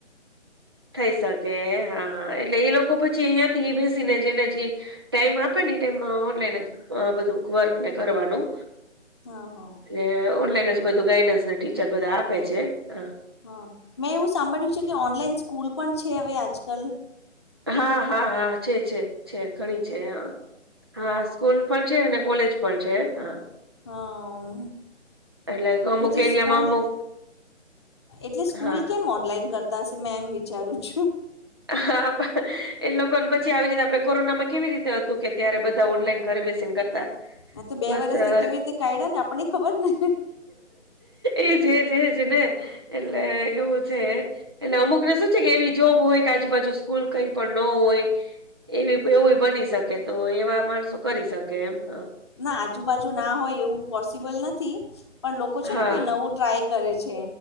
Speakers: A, on the right; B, on the left.
A: થઈ શક. હા, હા. એટલે એ લોકો પછી અહિયાથી એ બેસીને જેને જી ટાઈમ આપે ને ઈ ટાઈમમાં ઓનલાઈન જ અહ બધું વર્કને કરવાનું.
B: હા હા
A: એ ઓનલાઈન જ બધું ગાઈડન્સ ને ટીચર બધા આપે છે, હા.
B: હા. મેં એવું સાંભળ્યું છે કે ઓનલાઈન સ્કૂલ પણ છે હવે આજકલ?
A: હા, હા, હા, છે-છે-છે. ઘણી છે હા. હા સ સ્કૂલ પણ છે અને કોલેજ પણ છે. હા.
B: હા.
A: એટલે
B: તો
A: અમુક
B: પછી
A: એરિયામાં
B: સ્કૂલ
A: અમુક
B: એટલે સ્કૂલ
A: હા
B: કેમ ઓનલાઈન કરતા હશે મેં એમ વિચારું છું.
A: હા પણ એ લોકોન પછી આવી રીતે આપણે કોરોનામાં કેવી રીતે હતું કે ત્યારે બધા ઓનલાઈન ઘરે બેસીને કરતા
B: હા તો બે
A: બસ
B: વરસથી
A: અ,
B: કેવી રીતે કાયઢાને આપણનેઈ ખબર જ ને.
A: એજ એજ એજ ને એટલે એવું છે. એટલે અમુક ને શું છે કે એવી જોબ હોય કે આજુબાજુ સ્કૂલ કંઈ પણ ન હોય એવી એવું બની શકે, તો એવા માણસો કરી શકે એમ હા.
B: ના આજુબાજુ ના હોય એવું પોસિબલ નથી. પણ લોકો
A: હા
B: છેને કંઈ નવું ટ્રાય કરે છે.